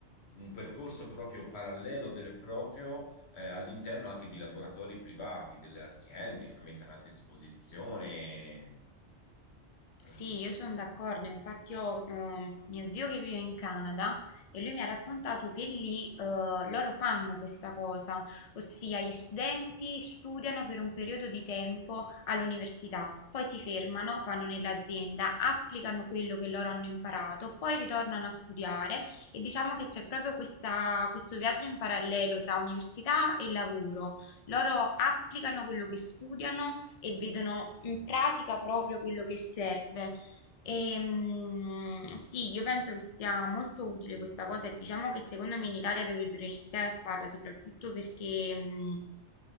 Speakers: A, on the left; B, on the left.
A: Un percorso proprio parallelo, vero e proprio, eh, all'interno anche di laboratori privati, delle aziende che lo mettano a disposizione. ehm,
B: Sì, io sono d'accordo, infatti ho ehm, mio zio che vive in Canada e lui mi ha raccontato che lì eh, loro fanno questa cosa, ossia gli studenti studiano per un periodo di tempo all'università, poi si fermano, vanno nell'azienda, applicano quello che loro hanno imparato, poi ritornano a studiare e diciamo che c'è proprio questa- questo viaggio in parallelo tra università e lavoro. Loro applicano quello che studiano e vedono in pratica proprio quello che serve. E, mm, sì, io penso che sia molto utile questa cosa e diciamo che secondo me in Italia dovrebbero iniziare a farla, soprattutto perché mm,